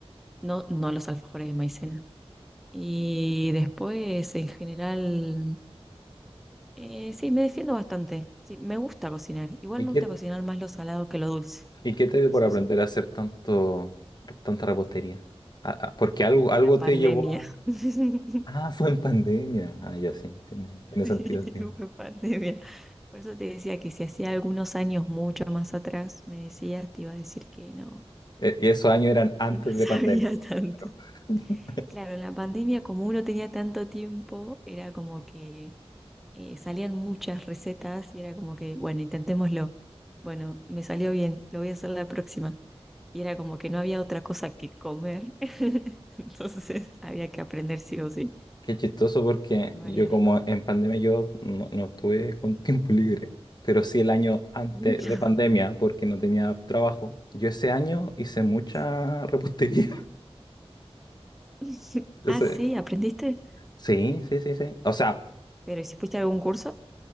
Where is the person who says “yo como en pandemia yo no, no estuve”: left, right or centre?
Left